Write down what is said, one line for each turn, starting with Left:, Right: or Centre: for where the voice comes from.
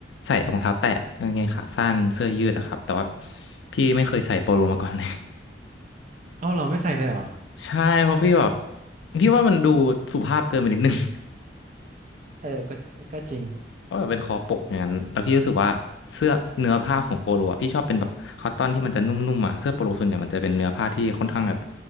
Left: ใส่รองเท้าแตะกางเกงขาสั้นเสื้อยืดอะครับ แต่ว่าพี่ไม่เคยใส่โปโลมาก่อนเลย
Right: เอาเหรอไม่ใส่เลยเหรอ
Left: <laughs> ใช่ เพราะพี่แบบพี่ว่ามันดูสุภาพเกินไปนิดนึง <laughs>
Right: เออก็ก็จริง
Left: เพราะแบบเป็นคอปกอย่างนั้นแล้วพี่รู้สึกว่าเสื้อเนื้อผ้าของโปโลอะพี่ชอบเป็นแบบคอตตอนที่มันจะนุ่มๆอ่ะเสื้อโปโลส่วนใหญ่มันจะเป็นเนื้อผ้าที่ค่อนข้างแบบ